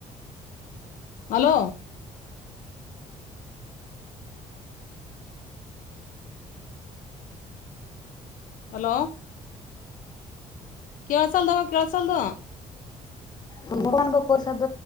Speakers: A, on the left; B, on the left.
A: ಹಲೋ ಹಲೋ ಕೇಳ ಚಲ್ದ ಕೇಳ ಚಲ್ದ
B: ಭಗವನ್ ಬ ಕ ಸಾ್ದ